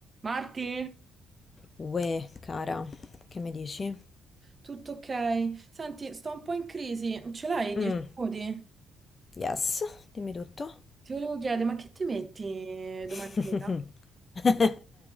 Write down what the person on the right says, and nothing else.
Marti?
Tutto ok. Senti, sto un po' in crisi. Ce l'hai 10
minuti?
Ti volevo chiedere, ma che ti metti eh,
domani sera?